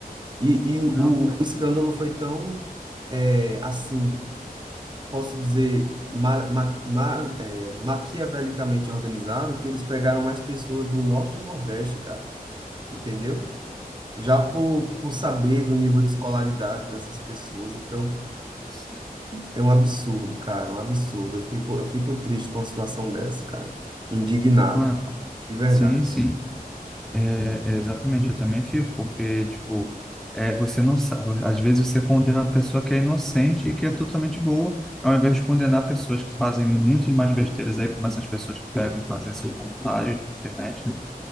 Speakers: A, on the right; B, in the centre.
A: E, e o,
B: Não,
A: o escândalo foi tão, é, assim posso dizer, ma, ma, ma, é, maquiavelicamente organizado, que eles pegaram mais pessoas do norte e nordeste, cara, entendeu? Já por, por saber do nível de escolaridade dessas pessoas, então
B: se-
A: é um absurdo, cara, é um absurdo. Eu fico, eu fico triste com a situação dessa, cara. Indignado,
B: mano,
A: de verdade.
B: sim, sim. É, é exatamente, eu também fico, porque, tipo, é, você não sabe, às vezes você condena a pessoa que é inocente e que é totalmente boa, ao invés de condenar pessoas que fazem muitas mais besteiras aí, como essas pessoas que pegam e fazem essas montagens na internet, né?